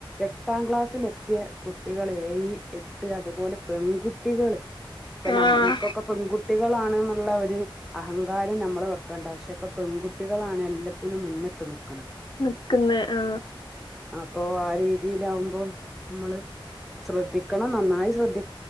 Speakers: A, in the centre; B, on the left (about 60°).
A: എട്ടാം ക്ലാസ്സിൽ എത്തിയ കുട്ടികൾ ഏഴ് എട്ട് അതുപോലെ പെൺകുട്ടികൾ ഇപ്പ നം
B: ആഹ്
A: ഇൻക്കൊക്കെ ക്കൊക്കെ പെൺകുട്ടികളാണ് ഉള്ള ഒരു അഹങ്കാരം നമ്മൾ വെക്കണ്ട പക്ഷെ ഇപ്പ പെൺകുട്ടികളാണ് എല്ലാത്തിനും മുന്നിട്ട് നിൽക്കു
B: നിക്കുന്ന ആ
A: ഇപ്പൊ ആ രീതി ആ രീതിയിലാകുമ്പോൾ നമ്മൾ ശ്രദ്ധിക്കണം നന്നായി ശ്രദ്ധി